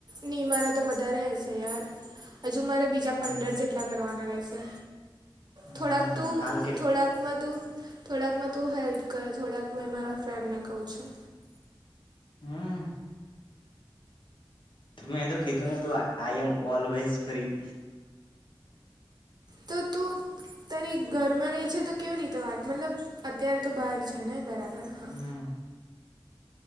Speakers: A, on the right (about 50°); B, on the left (about 65°).
A: નહીં મારા તો વધારે હશે યાર હજુ મારે બીજા
B: હમ
A: પંદર જેટલા. કેટલા કરવાના રહેશે
B: હા
A: થોડાક તું
B: હાલ કેટલ
A: થોડાક માં તું થોડાક માં તું હેલ્પ કરે થોડાક મેં મારા ફ્રેન્ડને કહું છું.
B: હમ મેં તો કીધું
A: ઓકે
B: નતું આઈ એમ ઓલવેઝ ફ્રી.
A: તો તું તારી ઘરમાં રહી છે તો કેવી રીતે વાત મતલબ અત્યારે તો બહાર છે ને બરાબર. હા
B: હમ.